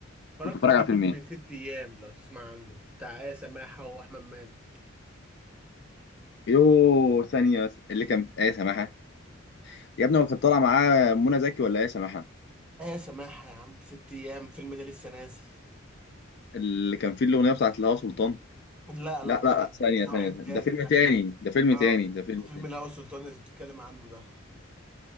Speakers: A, in the centre; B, on the left.
A: اتفرجت
B: كنت بتتفرج
A: على
B: على
A: فيلم
B: فيلم ايه
A: ست ايام لو تسمع عنه بتاع آية سماحة واحمد مالك
B: يو ثانيه بس اللي كان في ايه سماحه يا ابني هو كان طالع معاه منى زكي ولا ايه سماحه
A: آية سماحة يا عم ست ايام الفيلم ده لسه نازل
B: اللي كان فيه الاغنيه بتاعت الهوا سلطان
A: لا
B: لا
A: لا ده
B: لا
A: واحد
B: ثانيه
A: ده
B: ثانيه
A: واحد
B: ثانية.
A: تاني
B: ده فيلم
A: ده
B: تاني ده فيلم
A: اه
B: تاني ده فيلم
A: ده فيلم
B: تاني
A: الهوى سلطان اللي بتتكلم عنه ده